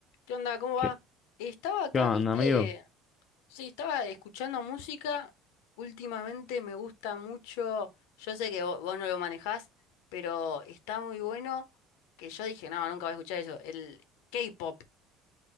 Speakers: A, on the left; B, on the left.
A: ¿Qué onda? ¿Cómo va?
B: ¿Qué,
A: Estaba acá,
B: qué onda,
A: viste,
B: amigo?
A: sí, estaba escuchando música. Últimamente me gusta mucho, yo sé que vo- vos, no lo manejás, pero está muy bueno que yo dije, no, nunca voy a escuchar eso, el K-pop.